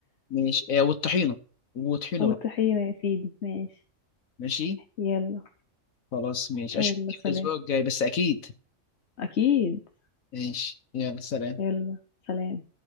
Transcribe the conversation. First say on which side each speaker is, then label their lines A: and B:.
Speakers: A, on the left; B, on the left.
A: ماشي اه، والطحينة والطحينة
B: والطحينة
A: بقى
B: يا سيدي ماشي
A: ماشي
B: يلا
A: خلاص ماشي
B: يلا
A: اشوفك
B: سلام
A: الاسبوع الجاي بس اكيد
B: اكيد
A: ماشي يلا سلام
B: يلا سلام